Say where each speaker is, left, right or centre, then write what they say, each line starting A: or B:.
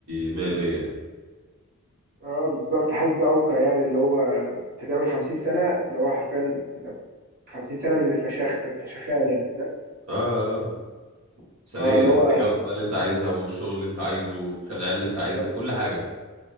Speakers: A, on the right; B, on the right.
A: 100% يعني
B: اه بالظبط حاسس ده عوق يعني اللي هو انت تعمل 50 سنه اللي هو حرفيا انت 50 سنه من الفشاخ الفشخان يعني فاهم
A: آه آه مثالية
B: اه اللي هو
A: أنت تتجوز بقى اللي أنت عايزها والشغل اللي أنت عايزه خلي العيال اللي أنت عايزها
B: بالظبط.
A: كل حاجة